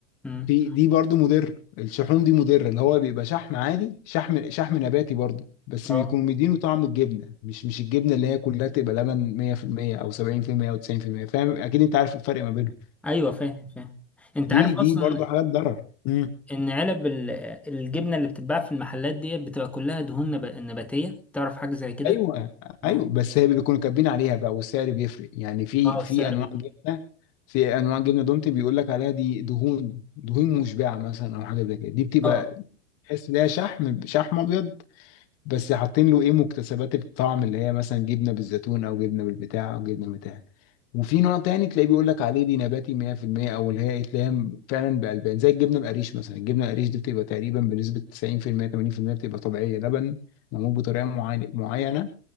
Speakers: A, in the centre; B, on the left (about 40°).
A: أمم.
B: في دي برضو مضر الشحوم دي مضره اللي هو بيبقى شحم عادي شحم شحم نباتي برضو بس
A: اه
B: بيكون مدينه طعم الجبنه مش مش الجبنه اللي هي كلها تبقى لبن 100% او 70% او 90% فاهم اكيد انت عارف الفرق ما بينهم
A: ايوه فاهم فاهم انت
B: دي
A: عارف
B: دي
A: اصلا
B: برضو حاجات ضرر مم.
A: ان علب ال- الجبنة اللي بتتباع في المحلات دي بتبقى كلها دهون نب- نباتية تعرف حاجة زي كده
B: ايوه
A: اه
B: ايوه بس هي بيكونوا كاتبين عليها بقى والسعر بيفرق يعني في
A: اه
B: في
A: السعر
B: انواع
A: بيبقى
B: جبنه في انواع جبنه دومتي بيقول لك عليها دي دهون دهون مشبعه مثلا او حاجه زي كده دي بتبقى
A: اه
B: تحس ان هي شحم شحم ابيض بس حاطين له ايه مكتسبات الطعم اللي هي مثلا جبنه بالزيتون او جبنه بالبتاع او جبنه بتاع وفي نوع تاني تلاقيه بيقول لك عليه دي نباتي 100% او اللي هي إيه، تلاقيها فعلا بالبان زي الجبنه القريش مثلا الجبنه القريش دي بتبقى تقريبا بنسبه 90% 80% بتبقى طبيعيه لبن معمول بطريقه معينه معينه